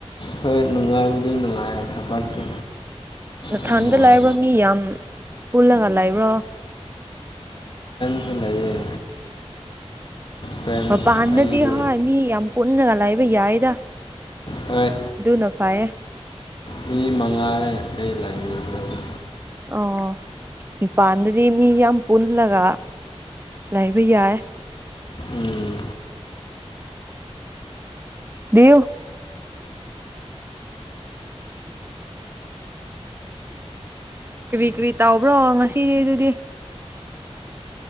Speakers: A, on the left (about 45°); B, on the right (about 20°).
A: ꯍꯣꯏ ꯅꯨꯡꯉꯥꯏꯕꯨꯗꯤ ꯅꯨꯡꯉꯥꯏ ꯊꯕꯛꯁꯨ
B: ꯅꯊꯟꯗ
A: ꯌꯥꯝ ꯅꯨꯡꯉꯥꯏ
B: ꯂꯥꯛꯏꯕ꯭ꯔꯣ ꯃꯤ ꯌꯥꯝ ꯄꯨꯜꯂꯒ ꯂꯩꯥꯛꯏꯕ꯭ꯔꯣ
A: ꯑꯗꯨ ꯂꯩꯌꯦ ꯐ꯭ꯔꯦꯟ
B: ꯑꯣ ꯄꯥꯥꯟꯗꯗꯤ
A: ꯑꯩꯕꯨ
B: ꯍ ꯑ ꯌꯥꯝ ꯄꯟꯅꯒꯂ ꯍꯥꯏ ꯌꯥꯏꯗ
A: ꯍꯣꯏ
B: ꯑꯗꯨꯅ ꯐꯌꯦ
A: ꯃꯤ ꯃꯉꯥꯔꯦ ꯑꯩ ꯂꯥꯏꯅꯤꯡꯉꯁꯨ
B: ꯑꯣ ꯄꯥꯟꯗꯔꯤ ꯃꯤ ꯌꯥꯝ ꯄꯨꯟꯂꯒ ꯂꯥꯏꯕꯩ ꯌꯥꯔ
A: ꯎꯝ
B: ꯗꯤꯌꯨ ꯀꯔꯤ ꯀꯔꯤ ꯇꯧꯕ꯭ꯔꯣ ꯉꯁꯤ ꯑꯗꯨꯗꯤ